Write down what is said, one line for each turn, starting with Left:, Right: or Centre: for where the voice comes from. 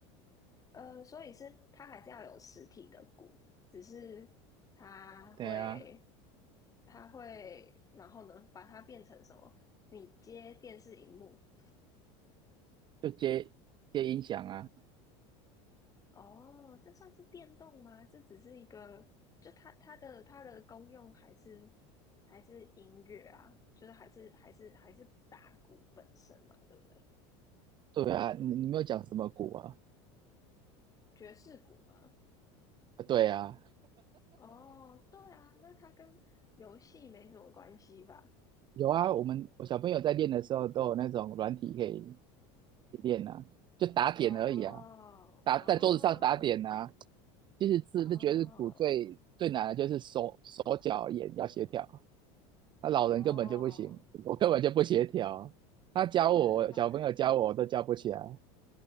Left: 呃，所以是它还是要有实体的鼓，只是它会
Right: 对啊，
Left: 它会，然后呢，把它变成什么？你接电视荧幕。
Right: 就接接音响啊，
Left: 哦，这算是电动吗？这只是一个，就它它的它的功用还是还是音乐啊，就是还是还是还是打鼓本身嘛，对不对？
Right: 对啊，你你没有讲什么鼓啊？
Left: 爵士鼓吗？
Right: 啊对啊，
Left: 哦，对啊，那它跟游戏没什么关系吧？
Right: 有啊，我们我小朋友在练的时候都有那种软体可以练啊，就打点而已啊，
Left: 哦哦
Right: 打在桌子上打点啊。其实是是觉得是鼓最最难的就是手手脚眼要协调，
Left: 哦
Right: 那老人根本就不行，
Left: 哦，
Right: 我根本就不协调，他教我小朋友教我我都教不起来，
Left: 原来